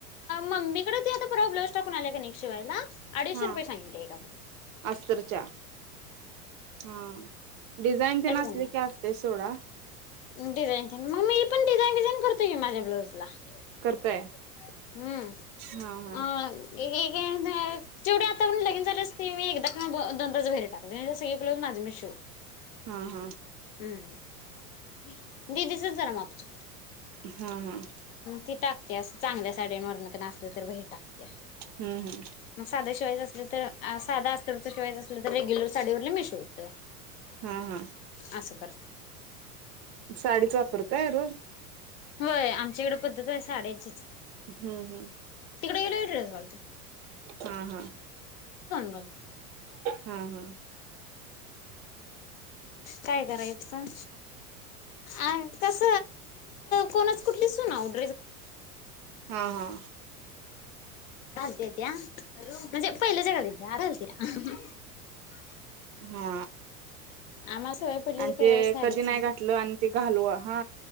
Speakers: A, on the left; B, on the right.
A: मम्मीकडे आता प्रॉब्लेमस टाकून आले का न शिवायला अडीशे
B: हा
A: रुपये सांगितलय एका
B: अस्तरच्या हा डिझाईन तेन असली
A: ला <inaudible>
B: की असते सोडा
A: <unintelligible> <unintelligible>
B: करताय हा हा
A: <unintelligible> <unintelligible>
B: हा हा
A: दिदीचच जरा माप चुकते
B: हा हा
A: ति टाक चांगल्या साड्यांवरण तर <inaudible> मगं
B: हम्म हम्म
A: साधा शिवायचं असल तर साधा असतरच शिवायच असलं तर रेग्युलर साडीवरला मी शिवतो
B: हा हा
A: असं
B: साडीच वापरताय रोज
A: होय आमच्याकडे पद्धत आहे साड्यांचीच
B: हम्म हम्म.
A: तिकडे गेल ड्रेस घालतो
B: हा हा
A: घालतोय
B: हा हा.
A: काय करायचं अओ कस कोणाच कुठली सुनाव <inaudible>
B: हा हा
A: त्या म्हणजे. <unintelligible>
B: हा.
A: आम्हाला सवय पडली
B: आणि
A: पहिल्या
B: ते
A: साडीच
B: कधी नाही घातलं आणि ते घालवा हा